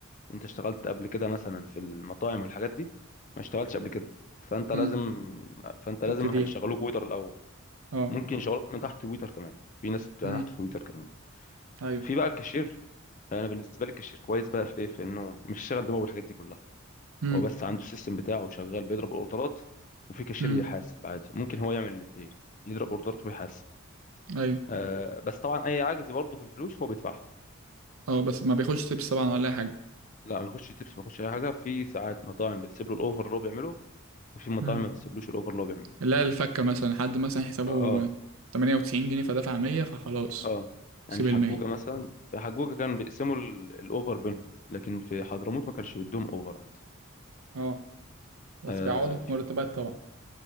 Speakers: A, on the left (about 35°); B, on the right (about 75°).
A: انت اشتغلت قبل كده مثلا في المطاعم والحاجات دي ما اشتغلتش قبل كده فانت لازم
B: امم
A: فانت لازم
B: تبتديها
A: هيشغلوك ويتر الاول
B: اه
A: ممكن يشغلوك من تحت الويتر كمان في ناس تحت
B: امم
A: الويتر كمان
B: ايوه
A: في بقى الكاشير فانا بالنسبه لي الكاشير كويس بقى في ايه في انه مش شغل دماغه بالحاجات دي كلها
B: امم
A: هو بس عنده السيستم بتاعه شغال بيضرب اوردرات وفي كاشير
B: امم
A: بيحاسب عادي ممكن هو يعمل الاثنين يضرب اوردرات ويحاسب
B: ايوه
A: آه بس طبعا اي عجز برضه في الفلوس هو بيدفعها
B: اه بس ما بياخدش تيبس طبعا ولا اي حاجه
A: لا ما يخش تبس ما يخش اي حاجه في ساعات مطاعم بتسيب له الاوفر اللي هو بيعمله وفي مطاعم
B: امم
A: ما بتسيبلوش الاوفر اللي هو بيعمله
B: لا الفكه مثلا حد مثلا حسابه
A: اه
B: 98 جنيه فدفع 100 فخلاص
A: اه
B: سيب
A: يعني في
B: ال
A: حجوجه
B: 100
A: مثلا في حجوجه كان بيقسموا ال- الاوفر بينهم لكن في حضرموت ما كانش بيدوهم اوفر عادي
B: اه بس
A: آه
B: بيعوضوا في
A: في
B: مرتبات طبعا